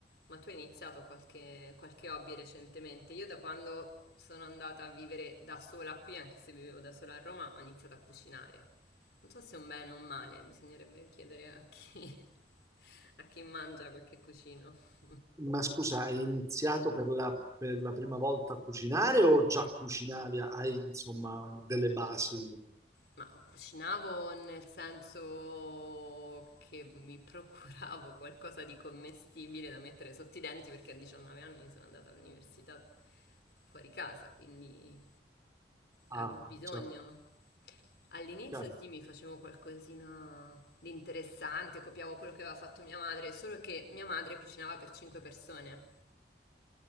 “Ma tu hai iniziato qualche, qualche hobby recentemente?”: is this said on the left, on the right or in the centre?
Left